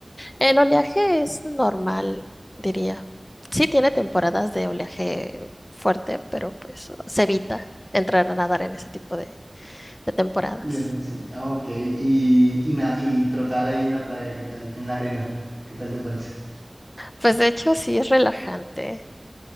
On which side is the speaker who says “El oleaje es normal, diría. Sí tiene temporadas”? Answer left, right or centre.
Left